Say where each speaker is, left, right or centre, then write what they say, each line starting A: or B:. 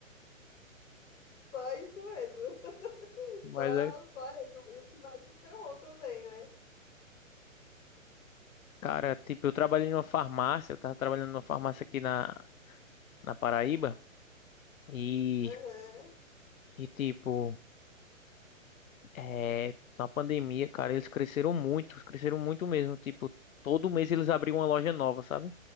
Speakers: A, on the left; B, on the left.
A: Só isso mesmo. <laughs>
B: Mas
A: Só,
B: é,
A: só isso. Isso que mais te ferrou também, né?
B: cara, tipo, eu trabalhei numa farmácia, eu tava trabalhando numa farmácia aqui na, na Paraíba e,
A: Aham.
B: e tipo, é, na pandemia, cara, eles cresceram muito, cresceram muito mesmo, tipo, todo mês eles abriam uma loja nova, sabe?